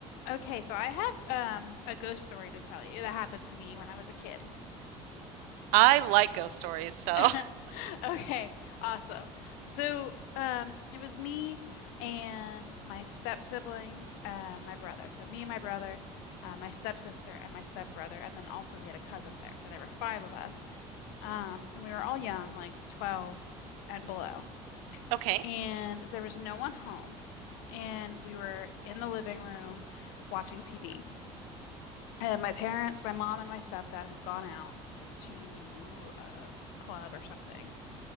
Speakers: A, on the left (about 85°); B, on the right (about 75°).
A: Okay, so I have um a ghost story to tell you that happened to me when I was a kid.
B: I like ghost stories, so
A: <laughs> Okay, awesome. So, um it was me and my step siblings and my brother. So me and my brother, uh, my stepsister and my stepbrother, and then also we had a cousin there. So there were five of us. Um and we were all young, like 12 and below.
B: <laughs> okay,
A: And there was no one home. And we were in the living room watching TV. And my parents, my mom and my stepdad had gone out to a club or something.